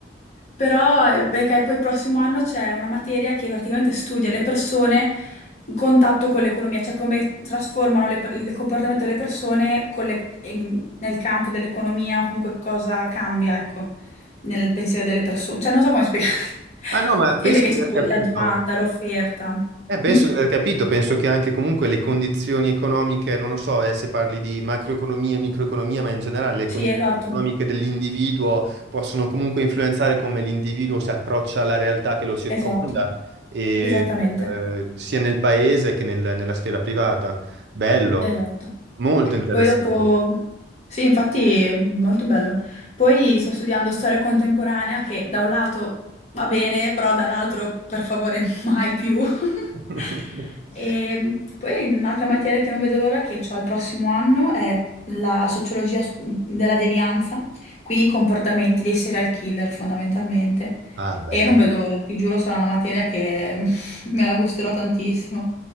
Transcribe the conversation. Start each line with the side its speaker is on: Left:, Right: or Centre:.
Left: Però eh, perché poi il prossimo anno c'è una materia che praticamente studia le persone in contatto con l'economia, cioè come trasformano le per- il comportamento delle persone con le- in- nel campo dell'economia o comunque cosa cambia, ecco, nel pensiero delle persone. Cioè non so come spiegare. <laughs>
Right: Ah no, ma penso
Left: Niente che
Right: di
Left: c'è
Right: aver
Left: tipo
Right: capito.
Left: la domanda, l'offerta.
Right: Eh, penso
Left: Mm?
Right: di aver capito, penso che anche comunque le condizioni economiche, non lo so, eh, se parli di macroeconomia, microeconomia, ma in generale le
Left: Sì,
Right: condizioni
Left: esatto,
Right: economiche dell'individuo possono comunque influenzare come l'individuo si approccia alla realtà che lo circonda,
Left: esatto.
Right: e,
Left: Esattamente,
Right: eh, sia nel paese che nel- nella sfera privata. Bello,
Left: esatto.
Right: molto interessante.
Left: Poi dopo, sì, infatti è molto bello. Poi sto studiando storia contemporanea che da un lato va bene, però dall'altro per favore <laughs> mai più. <laughs>
Right: <laughs>
Left: E poi un'altra materia che non vedo l'ora che ho il prossimo anno è la sociologia s- della devianza, quindi i comportamenti dei serial killer fondamentalmente.
Right: Ah, beh.
Left: E non vedo l'ora, ti giuro, sarà una materia che <laughs> me la gusterò tantissimo,